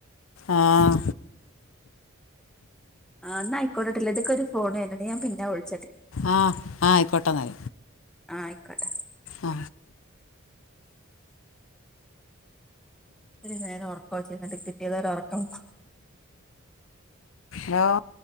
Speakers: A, on the left; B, in the centre.
A: ആഹ
B: ആന്ന ആയിോട്ടില്ല ഇൊക്കൊ ഒരു ഫോൺട്ട ഞാ പിന്നെ വിളിച്ച
A: ആഹ് ആയിക്കോട്ടന്നൽ
B: ആഹ ആയിക്കോട്ടെ
A: ആ
B: ഒരു നേരം ഉറക്കം ചെന്നിട്ട് കിട്ടിയതൊരു ഉറക്കം
A: ഹലോ